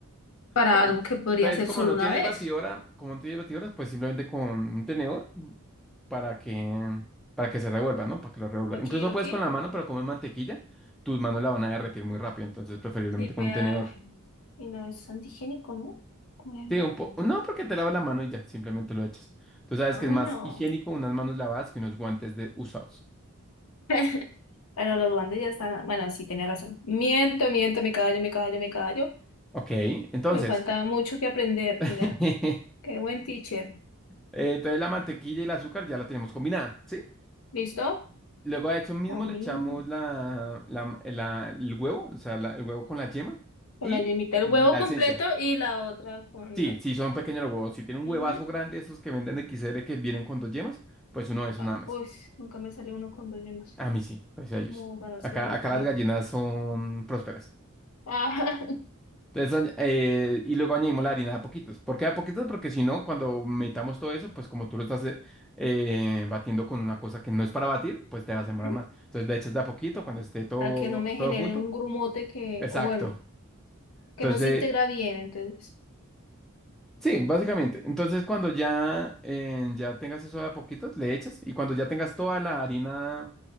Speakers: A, on the left (about 75°); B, in the centre.
A: para
B: Bien.
A: algo que podría
B: Entonces,
A: hacer
B: como
A: solo
B: no
A: una
B: tienes
A: vez.
B: batidora, como no tienes batidoras, pues simplemente con un tenedor para que para que se revuelva, ¿no? Para que lo revuelva.
A: Aquí,
B: Incluso
A: aquí.
B: puedes con la mano, pero como es mantequilla, tus manos la van a derretir muy rápido, entonces preferiblemente
A: Sí, pues,
B: con un
A: ah,
B: tenedor.
A: y no es antigénico, ¿no? Como- era.
B: Sí, un poco. No, porque te lavas la mano y ya, simplemente lo echas. Tú sabes
A: Ah,
B: que
A: bueno.
B: es más higiénico unas manos lavadas que unos guantes de usados.
A: <laughs> Bueno, los duendes ya están. Bueno, sí, tenía razón. Miento, miento, me callo, me callo, me callo.
B: Ok, entonces,
A: Me falta mucho que aprender. Mira,
B: <laughs> eh,
A: qué buen teacher.
B: entonces la mantequilla y el azúcar ya la tenemos combinada, ¿sí?
A: ¿Listo?
B: Luego a eso mismo
A: Con
B: le
A: mi-
B: echamos la, la- la- el huevo, o sea, la- el huevo con la yema
A: con
B: y,
A: la yemita, el
B: y
A: huevo
B: la
A: completo
B: esencia.
A: y la otra con
B: Sí,
A: la.
B: sí, son pequeños los huevos. Si tienen un
A: Ujú.
B: huevazo grande, esos que venden de XL que vienen con dos yemas, pues uno de esos
A: Ah,
B: nada más.
A: uy, nunca me salió uno con dos yemas.
B: A mí sí, pues a ellos.
A: Como ganarse
B: Acá,
A: la lotería.
B: acá las gallinas son prósperas.
A: Ah, <laughs>
B: Entonces, eh, y luego añadimos la harina de a poquitos. ¿Por qué de a poquitos? Porque si no, cuando metamos todo eso, pues como tú lo estás eh, eh, batiendo con una cosa que no es para batir, pues te vas
A: ujú.
B: a demorar más. Entonces le echas de a poquito cuando esté todo,
A: Para que no me
B: todo
A: genere
B: junto.
A: un grumote que,
B: Exacto.
A: o bueno,
B: Entonces,
A: que no se integra bien, entonces.
B: sí, básicamente. Entonces cuando ya, eh, ya tengas eso de a poquitos, le echas. Y cuando ya tengas toda la harina